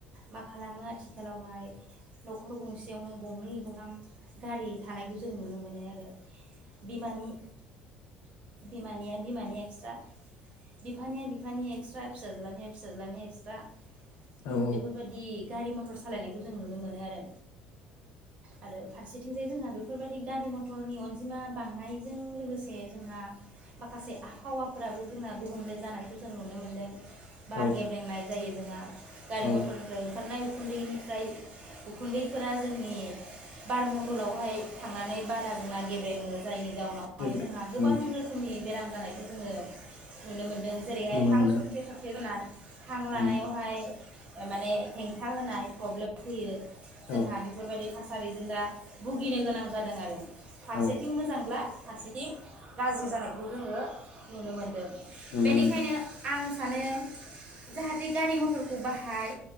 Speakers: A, on the right; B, on the left.
A: मा खालामो आथिखालावहाय न'खर गंसेयावनो गंनै गंथाम गारि थानायखौ जों नुनो मोनो आरो। बिमानि बिमानिया बिमानि एक्सट्रा बिफानिया बिफानि एक्सट्रा फिसाज्लानिया फिसाज्लानि एक्स्रा
B: औ
A: बेफोरबायाददि गारि म टर सालायनायखौ जों नुनो मोनो आरो। आरो फारसे थिंजाय जोंहा बेफोरबायाददि गारि मथरनि अनजिमा बांनायजों लोगोसे जोंहा माखासे आबहावाफोराबो जोंना गुबुंले जानायखौ जों नुनो मोन्दों। बार
B: औ
A: गेब्रेंनाय जायो जोंना गारि
B: औ
A: मथरनिफ्राय ओंखारनाय उखुन्दैनिफ्राय उखुन्दैफोरा जोंनि बार मन्डलावहाय थांनानै बारा जोंना गेब्रेङो जायनि जाउन जोंहा
B: एभ्रिं
A: गोबां
B: उम
A: रोखोमनि बेराम जानायखौ जोङो नुनो मोनो। जेरैहाय
B: नुनो
A: हां
B: मोनो
A: सरथे सरथे जानाय हां लानायावहाय
B: उम
A: माने हेंथा होनाय प्रब्लेम फैयो। जोंहा
B: औ
A: बेफोरबायदि थास सारिजों दा भुगिनो गोनां जादों आरो। फारसेथिं
B: औ
A: मोजांब्ला फारसेथिं गाज्रि जानायखौ जोङो नुनो मोनदों।
B: नुनो
A: बेनिखायनो
B: मोनदों
A: आं माने जाहाथे गारि मथरखौ बाहाय